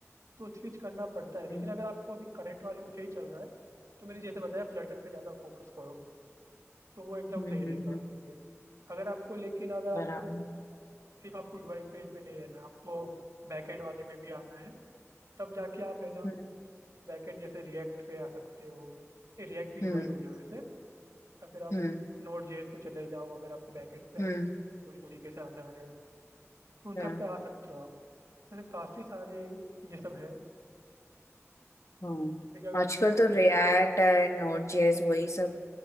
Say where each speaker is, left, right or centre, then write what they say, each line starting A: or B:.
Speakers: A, on the right (about 80°); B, on the left (about 70°).
A: तो स्विच करना पड़ता है लेकिन
B: हम्म
A: अगर आपको अभी करंट वाले में सही चल रहा है तो मैंने जैसे बताया फ्लटर पे ज़्यादा फोकस करो तो वो एकदम
B: हम्म
A: सही रहेगा
B: हम्म हम्म,
A: आपके लिए अगर आपको लेकिन अगर आपको
B: बराबर
A: सिर्फ आपको यूआई पे में नहीं रहना है आपको बैकएंड वाले में भी आना है तब जाके आप है ना
B: हम्म
A: बैकएंड जैसे रिएक्ट पे आ सकते हो रिएक्ट भी
B: हम्म
A: यूआई हो गया वैसे या फिर आप
B: हम्म
A: नोड जेएस पे चले जाओ अगर आपको बैकएंड पे
B: हम्म
A: पूरी तरीके से आना है तो उन सब
B: हम्म।
A: पे आ सकते हो आप वैसे काफ़ी सारे ये सब है
B: हाँ
A: जैसे कि अगर
B: आजकल
A: मैं जैसे
B: तो
A: फ्लटर
B: रिएक्ट एंड नोड जेएस वही सब